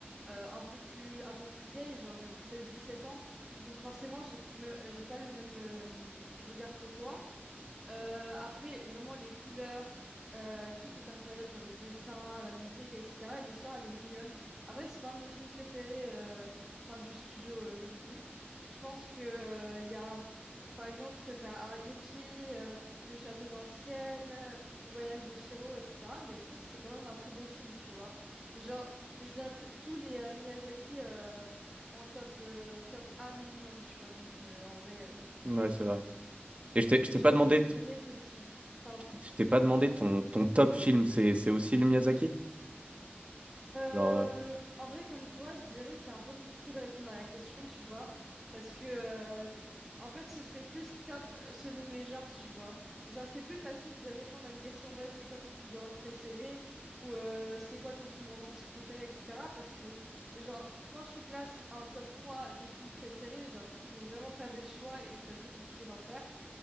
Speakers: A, in the centre; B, on the right (about 30°).
A: euh, un peu plus, un peu plus vieille. Genre, j'avais 16-17 ans. Donc, forcément, j'ai p- me- j'ai pas le même euh, regard que toi. Euh, après, vraiment, les couleurs, euh, tout est incroyable, genre les dessins, la musique, etc. Et l'histoire, elle est mignonne. Après, c'est pas un de mes films préférés, euh, enfin, du studio euh, Ghibli. Je pense que, euh, il y a, par exemple, je préfère Arrietty, euh, Le Château dans le ciel, euh, Le Voyage de Shiro, etc. Mais je pense que c'est quand même un très bon film, tu vois. Genre, je note tous les euh, Miyazaki euh, en top, euh, top A minimum, tu vois. Donc, euh, en vrai,
B: Ouais, c'est vrai. Et je t'ai je t'ai
A: euh, genre,
B: pas demandé,
A: j- jamais
B: t-
A: été déçu. Pardon?
B: je t'ai je t'ai pas demandé ton, ton top film, c'est c'est aussi le Miyazaki?
A: Euh,
B: Genre, euh,
A: en vrai, comme toi, je dirais c'est un peu compliqué de répondre à la question, tu vois, parce que euh, en fait, ce serait plus top selon les genres, tu vois. Genre, c'est plus facile de répondre à une question, ouais, c'est quoi ton film d'horreur préféré ou euh, c'est quoi ton film romantique préféré, etc. Parce que, genre, quand tu classes un top 3 des films préférés, genre, faut vraiment faire des choix et c'est assez compliqué d'en faire.